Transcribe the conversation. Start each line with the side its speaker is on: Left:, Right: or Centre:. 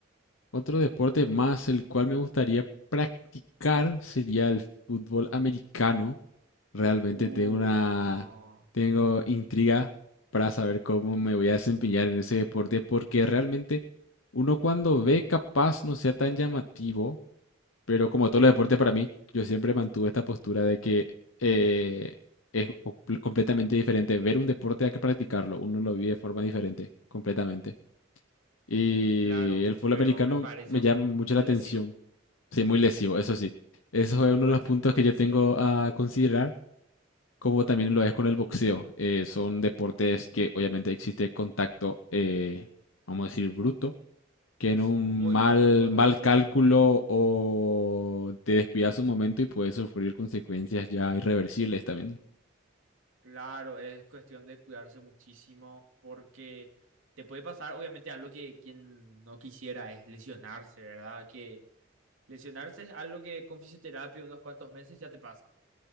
Left: Otro deporte más el cual me gustaría practicar sería el fútbol americano. Realmente
Right: Uy,
Left: tengo una,
Right: no.
Left: tengo intriga para saber cómo me voy a desempeñar en ese deporte porque realmente uno cuando ve capaz no sea tan llamativo, Pero como todos los deportes para mí, yo siempre mantuve esta postura de que eh, es o- pl- completamente diferente ver un deporte a que practicarlo. Uno lo vive de forma diferente, completamente. Y
Right: Claro,
Left: el fútbol
Right: pero
Left: americano
Right: me parece
Left: me
Right: un-
Left: llama mucho
Right: muy
Left: la atención.
Right: lesivo.
Left: Sí, muy lesivo, eso sí. Eso
Right: Me
Left: es uno
Right: parece
Left: de los puntos
Right: muy
Left: que
Right: lesivo.
Left: yo tengo a considerar, como también lo es con el boxeo. Eh, son deportes que obviamente existe contacto, eh, vamos a decir, bruto que en
Right: Sí,
Left: un
Right: muy
Left: mal,
Right: bruto con
Left: mal
Right: otras personas.
Left: cálculo o te descuidas un momento y puedes sufrir consecuencias ya irreversibles también.
Right: Claro, es cuestión de cuidarse muchísimo porque te puede pasar, obviamente, algo que quien no quisiera es lesionarse, ¿verdad? Que lesionarse es algo que con fisioterapia unos cuantos meses ya te pasa,